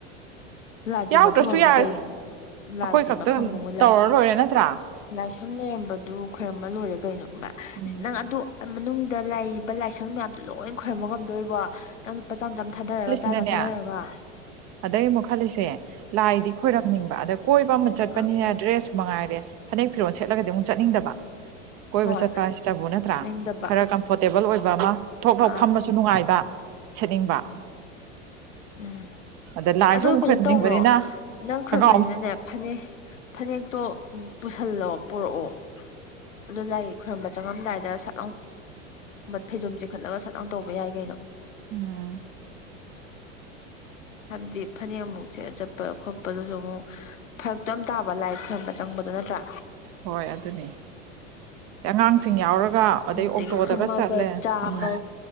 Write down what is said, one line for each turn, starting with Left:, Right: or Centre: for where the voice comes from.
Left: ꯂꯥꯏ ꯇꯤꯟ
Right: ꯌꯥꯎꯗ꯭ꯔꯁꯨ
Left: ꯃꯐꯝ ꯑꯃꯕꯨ
Right: ꯌꯥꯏ
Left: ꯀꯩ ꯂꯥꯏ
Right: ꯑꯩꯈꯣꯏ
Left: ꯇꯤꯟ
Right: ꯈꯛꯇꯪ
Left: ꯃꯐꯝꯕꯨ ꯃꯣꯏ
Right: ꯇꯧꯔ
Left: ꯂꯥꯏ
Right: ꯂꯣꯏꯔꯦ ꯅꯠꯇ꯭ꯔꯥ
Left: ꯂꯥꯏꯁꯪ ꯂꯩꯔꯝꯕꯗꯨ ꯈꯔꯝꯕ ꯂꯣꯏꯔꯦ ꯀꯩꯅꯣꯕ
Right: ꯎꯝ
Left: ꯑ ꯅꯪ ꯑꯗꯨ ꯃꯅꯨꯡꯗ ꯂꯩꯔꯤꯕ ꯂꯥꯏꯁꯪ ꯃꯌꯥꯝ ꯂꯣꯏ ꯈꯣꯏꯔꯝꯕ ꯉꯝꯗꯣꯔꯤꯕꯣ ꯅꯪꯄꯥꯆꯥꯝ ꯃꯆꯥꯝ ꯊꯥꯗꯔꯒ ꯇꯔꯥ
Right: ꯅꯅꯦ
Left: ꯇꯔꯥ ꯊꯥꯗꯔꯒ
Right: ꯑꯗꯩ ꯑꯃꯨꯛ ꯈꯜꯂꯤꯁꯦ ꯂꯥꯏꯗꯤ ꯈꯣꯏꯔꯝꯅꯤꯡꯕ ꯑꯗ ꯀꯣꯏꯕ ꯑꯃ ꯆꯠꯄꯅꯤꯅꯦ
Left: ꯑꯥ
Right: ꯗ꯭ꯔꯦꯁꯁꯨ ꯃꯉꯥꯏꯔꯦ ꯐꯅꯦꯛ ꯐꯤꯔꯣꯜ ꯁꯦꯠꯂꯒꯗꯤ ꯑꯃꯨꯛ ꯆꯠꯅꯤꯡꯗꯕ ꯀꯣꯏꯕ
Left: ꯍꯣꯏ
Right: ꯆꯠꯄ ꯍꯥꯏꯁꯤꯇꯕꯨ ꯅꯠꯇ꯭ꯔꯥ
Left: ꯆꯠꯅꯤꯡꯗꯕ
Right: ꯈꯔ ꯀꯝꯐꯣꯔꯇꯦꯕꯜ ꯑꯣꯏꯕ ꯑꯃ ꯊꯣꯛ ꯊꯣꯛꯣꯛ
Left: ꯑꯥ
Right: ꯐꯝꯕꯁꯨ ꯅꯨꯡꯉꯥꯏꯕ ꯁꯦꯠꯅꯤꯡꯕ
Left: ꯎꯝ
Right: ꯑꯗ ꯂꯥꯏꯁꯨ
Left: ꯑꯗꯨ
Right: ꯑꯃꯨꯛ
Left: ꯀꯩꯅꯣ
Right: ꯈꯣꯏꯔꯝꯅꯤꯡꯕꯅꯤꯅ
Left: ꯇꯧꯔꯣ ꯅꯪ
Right: ꯈꯣꯡꯒ꯭ꯔꯥꯎ
Left: ꯈꯣꯏꯕꯔꯤꯗꯅꯦ
Right: ꯑꯃ
Left: ꯐꯅꯤꯦꯛ ꯐꯅꯦꯛꯇꯣ ꯄꯨꯁꯜꯂꯣ ꯄꯨꯔꯛꯑꯣ ꯑꯗꯨ ꯂꯥꯛꯒꯤ ꯈꯔꯝꯕ ꯆꯪꯉꯝꯗꯥꯏꯗ ꯁꯠꯂꯥꯡ ꯐꯩꯖꯣꯝ ꯆꯤꯡꯈꯠꯂꯒ ꯁꯠꯂꯥꯡ ꯇꯧꯕ ꯌꯥꯏ ꯀꯩꯅꯣ
Right: ꯑꯝ
Left: ꯍꯥꯏꯕꯗꯤ ꯐꯅꯦꯛꯃꯨꯛꯁꯦ ꯆꯠꯄ ꯈꯣꯠꯄꯗꯨꯁꯨ ꯑꯃꯨꯛ ꯐꯔꯛꯇꯣ ꯑꯃ ꯇꯥꯕ ꯂꯥꯏ ꯈꯝꯕ ꯆꯪꯕꯗꯨ ꯅꯠꯇ꯭ꯔꯥ
Right: ꯍꯣꯏ ꯑꯗꯨꯅꯤ ꯑꯉꯥꯡꯁꯤꯡ ꯌꯥꯎꯔꯒ ꯑꯗꯩ
Left: ꯑꯗꯒꯤ
Right: ꯑꯣꯛꯇꯣꯗꯒ
Left: ꯐꯝꯃꯒ
Right: ꯆꯠꯂꯦ
Left: ꯆꯥꯕ
Right: ꯎꯝ